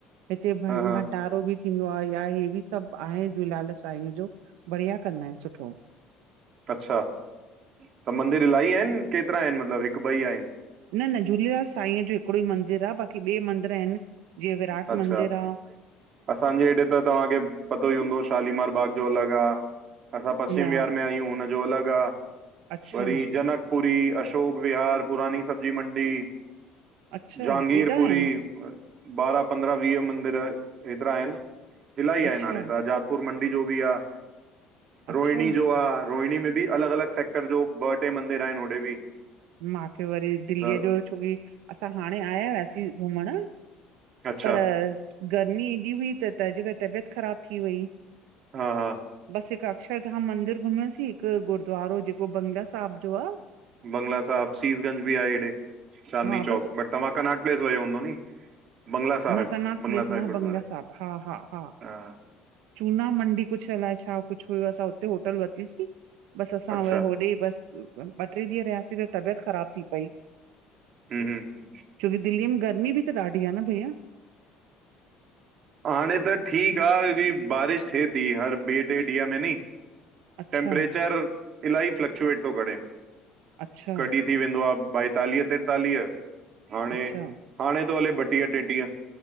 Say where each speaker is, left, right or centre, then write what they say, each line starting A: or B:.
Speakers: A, on the right; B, on the right.
A: हिते भंडा-भंडारो
B: हा हा
A: बि थींदो आहे या हे बि सभु आहे झूलेलाल साईंअ जो बढ़िया कंदा आहिनि सुठो।
B: अच्छा, त मंदिर इलाही आहिनि केतिरा आहिनि मतिलबु हिकु ॿई आहिनि?
A: न-न, झूलेलाल साईंअ जो हिकिड़ो ई मंदिरु आ, बाक़ी ॿिए मंदिर आहिनि जीअं विराट
B: अच्छा
A: मंदिरु आ।
B: असांजे हेॾे त तव्हांखे पतो ई हूंदो शालीमार बाग जो अलॻि आ। असां पश्चिम
A: न
B: विहार में आहियूं हुनजो अलॻि आ।
A: अच्छा
B: वरी जनकपुरी, अशोक विहार पुरानी सब्जी मंडी
A: अच्छा
B: जहांगीर
A: एॾा
B: पुरी,
A: आहिनि
B: बारहां, पंद्रहां, वीह मंदिर हेतिरा आहिनि। इलाही
A: अच्छा
B: आहिनि हाणे त जातपुर मंडी जो बि आ
A: अच्छा
B: रोहिणी जो आ। रोहिणी में बि अलॻि-अलॻि सेक्टर जो ॿ, टे मंदिर आहिनि होॾे बि।
A: मांखे वरी दिल्लीअ
B: त
A: जो छोकी असां हाणे आया हुयासीं घुमणु
B: अच्छा
A: पर गर्मी एॾी हुई त <inaudible> जेक तबियत ख़राब थी वई।
B: हा हा
A: बसि हिकु अक्षरधाम मंदिर घुमयूं असींं। हिकु गुरुद्वारो जेको बंगला साहिब जो आ।
B: बंगला साहिब सीसगंज बि आहे हेॾे चांदनी
A: हा
B: चौक
A: बस
B: बट तव्हां कनाट प्लेस वियो हूंदो नी। बंगला साहिब
A: न क्नाड़
B: बंगला
A: प्लेस
B: साहिब
A: न
B: गुरुद्वारे
A: बंगला साहिब। हा-हा-हा।
B: हा
A: चूना मंडी कुझु अलाए छा कुझु हुयो असां हुते होटल वठितीसीं। बसि असां
B: अच्छा
A: व होॾे बसि ॿ, टे ॾींहं रहियासीं त तबियत ख़राब थी पई।
B: हम्म हम्म
A: छोकी दिल्लीअ में गर्मी बि त ॾाढी आ न भईया।
B: ह हाणे त ठीकु आ की बारिश थिए थी हर ॿे-टे ॾींहं में नहीं।
A: अच्छा
B: टेम्परेचर इलाही फ्लक्चुएट थो करे।
A: अच्छा
B: कॾहिं थी वेंदो आहे ॿाएतालीह, तेेतालीह हाणे
A: अच्छा
B: हाणे तो हले ॿतीया, टेंटीया।